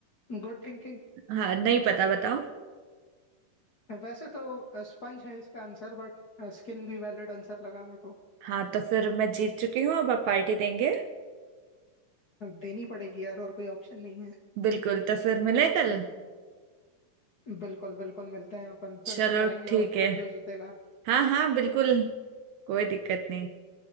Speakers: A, on the left; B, on the right.
A: Good thinking.
B: हाँ नहीं पता बताओ
A: वैसे तो स्पंज है इसका आंसर बट स्किन भी वैलिड आंसर लगा मेरे को
B: हाँ तो फिर मैं जीत चुकी हूँ अब आप पार्टी देंगे
A: देनी पड़ेगी यार और कोई ऑप्शन नहीं है
B: बिल्कुल तो फिर मिले कल
A: बिल्कुल बिल्कुल मिलते हैं अपन फिर
B: चलो
A: से करेंगे
B: ठीक
A: और
B: है
A: फिर जो जीतेगा
B: हाँ हाँ बिल्कुल कोई दिक्कत नहीं